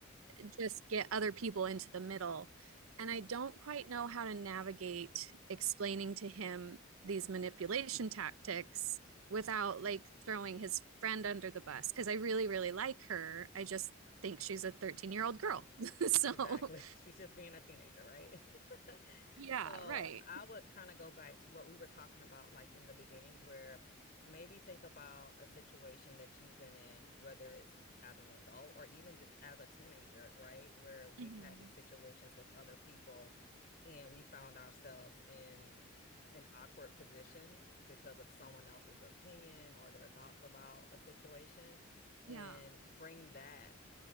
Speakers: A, on the right; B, on the left.
A: just get other people into the middle. And I don't quite know how to navigate explaining to him these manipulation tactics without like throwing his friend under the bus because I really, really like her. I just think she's a 13 year old girl. <laughs> so,
B: Exactly. <laughs> She's just being a teenager, right? <laughs>
A: yeah,
B: So
A: right.
B: I would kind of go back to what we were talking about, like in the beginning, where maybe think about a situation that you've been in, whether it's as an adult or even j- as a teenager, right? Where we've
A: Mhm.
B: had these situations with other people and we found ourselves in an awkward position because of someone else's opinion or their thoughts about a situation and
A: Yeah,
B: bring that